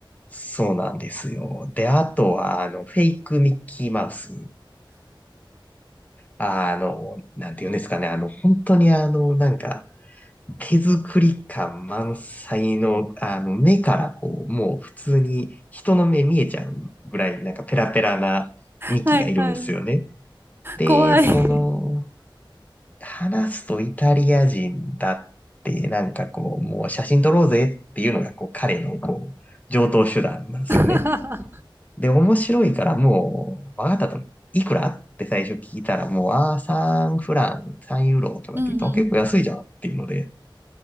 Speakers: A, on the left; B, on the right.
A: そうなんですよ。で、あとは、あの、フェイクミッキーマウス。あの、なんて言うんですかね、あの、本当にあの、なんか、手作り感満載の、あの、目からこう、もう普通に人の目見えちゃうぐらい、なんかペラペラなミキがいるんですよね。
B: <laughs> はいはい。
A: で、
B: 怖い。
A: その、話すとイタリア人だって、なんかこう、もう写真撮ろうぜっていうのが、こう、彼のこう、上等手段なんですよね。
B: <laughs>
A: で、面白いからもう、わかったと、いくらって最初聞いたら、もう、ああ、3フラン、3ユーロとかって言うと、
B: うんうん
A: 結構安いじゃんっていうので、